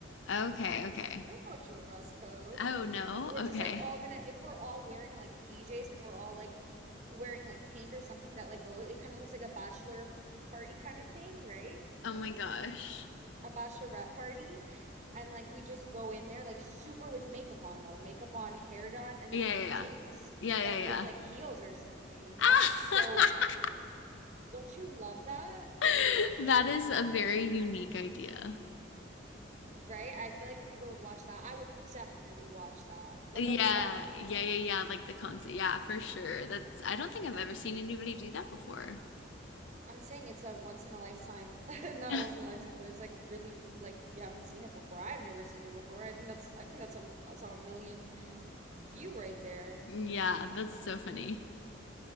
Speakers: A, on the left; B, on the right.
A: Okay, okay.
B: there's no dress code.
A: Oh no.
B: We're
A: Okay.
B: just like all gonna, if we're all wearing like PJs and we're all like wearing like pink or something that like goes, it kind of looks like a bachelor party kind of thing, right?
A: Oh my gosh.
B: A bachelorette party. And like we just go in there like super with makeup on though, makeup on, hair done, and
A: Yeah,
B: then PJs,
A: yeah, yeah. Yeah, yeah,
B: like
A: yeah.
B: with like heels or something. That's
A: Ah!
B: so cute. Don't you love that?
A: <laughs> that is a very unique idea.
B: Right? I feel like people would watch that. I would definitely watch that, like
A: Yeah,
B: a vlog.
A: yeah, yeah, yeah. Like the concert. Yeah, for sure. That's, I don't think I've ever seen anybody do that before.
B: I'm saying it's a once in a lifetime, <laughs> not
A: <laughs>
B: a once in a lifetime, but it's like really like you haven't seen it before. I've never seen it before. I think that's I think that's a that's a million view right there.
A: Yeah, that's so funny.